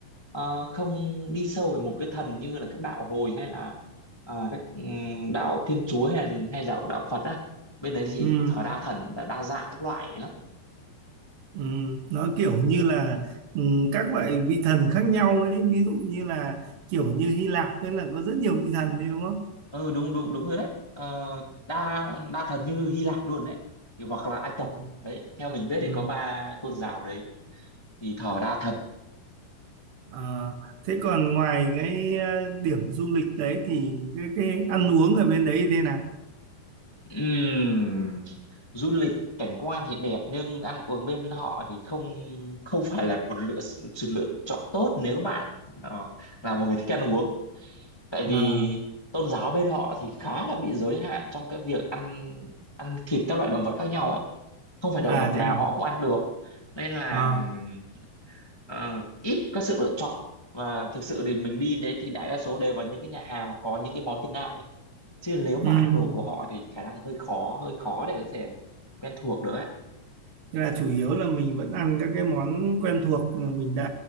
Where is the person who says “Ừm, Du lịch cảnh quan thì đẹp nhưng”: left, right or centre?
Left